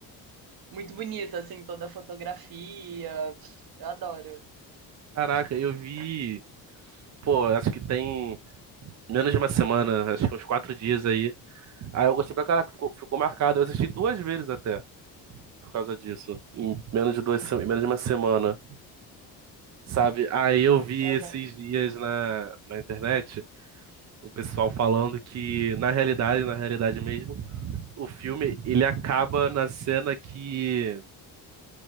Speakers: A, on the right (about 55°); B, on the right (about 40°).
A: muito bonito, assim, toda a fotografia, eu adoro.
B: Caraca, eu vi. Pô, acho que tem menos de uma semana, acho que uns quatro dias aí. Ah, eu gostei pra caraca, ficou, ficou marcado. Eu assisti duas vezes até, por causa disso. Em menos de duas, se- em menos de uma semana, sabe? Aí eu vi
A: Aham,
B: esses dias na, na internet o pessoal falando que, na realidade, na realidade mesmo, o filme ele acaba na cena que